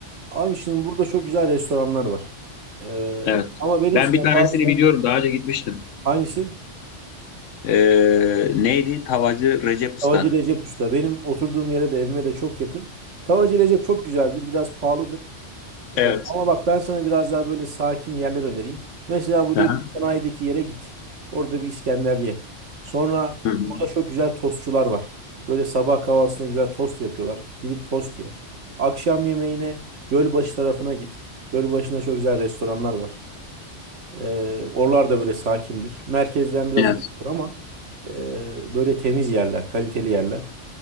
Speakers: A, on the right; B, on the left.
A: Abi şimdi burada çok güzel restoranlar var. Ee,
B: Evet.
A: ama benim
B: Ben
A: sana
B: bir tanesini
A: tavsiyem
B: biliyorum. Daha önce gitmiştim.
A: hangisi?
B: Ee, neydi? Tavacı Recep Usta.
A: Tavacı Recep Usta. Benim oturduğum yere de evime de çok yakın. Tavacı Recep çok güzeldir. Biraz pahalıdır.
B: Evet.
A: Ee, ama bak ben sana biraz daha böyle sakin yerler önereyim. Mesela bu
B: Aha.
A: değil sanayideki yere git. Orada bir İskender ye. Sonra
B: Hı hı.
A: burada çok güzel tostçular var. Böyle sabah kahvaltısında güzel tost yapıyorlar. Gidip tost ye. Akşam yemeğine Gölbaşı tarafına git. Gölbaşı'nda çok güzel restoranlar var. Ee, oralar da böyle sakindir. Merkezden biraz
B: Evet.
A: uzaktır ama e, böyle temiz yerler, kaliteli yerler.